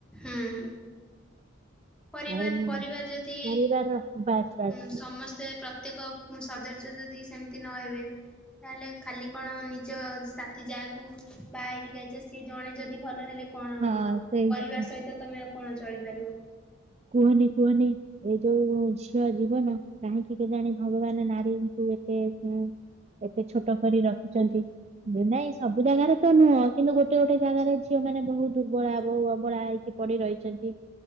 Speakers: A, in the centre; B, on the right.
A: ହୁଁ। ପରିବାର
B: ଆଉ
A: ପରିବାର ଯଦି
B: ପରିବାର ବାସ୍ ବାସ୍
A: ଭ-ସମସ୍ତେ ପ୍ରତ୍ୟେକ ଉଁ ସଦର୍ଯ୍ୟ ଯଦି ସେମିତି ନହବେ ତାହେଲେ ଖାଲି କଣ ନିଜ ସାଥି ଯାହାକୁ ବାହା ହେଇକି ଯାଇଚ ସିଏ ଜଣେ ଯଦି ଭଲହେଲେ କଣ
B: ହଁ ସେଇ
A: ପରିବାର
B: କଥା
A: ସହିତ ତମେ ଆଉ କଣ ଚଳିପାରିବ?
B: କୁହନି କୁହନି ଏଇ ଯୋଉ ଝିଅ ଜୀବନ କାହିଁକି କେଜାଣି ଭଗବାନ ନାରୀଙ୍କୁ ଏତେ ସ ଏତେ ଛୋଟ କରି ରଖିଚନ୍ତି। ନାଇଁ ସବୁ ଜାଗାରେ ତ ନୁହଁ କିନ୍ତୁ ଗୋଟେ ଗୋଟେ ଜାଗାରେ ଝିଅ ମାନେ ବହୁ ଦୁର୍ବଳା ବହୁ ଅବଳା ହେଇକି ପଡି ରହିଚନ୍ତି।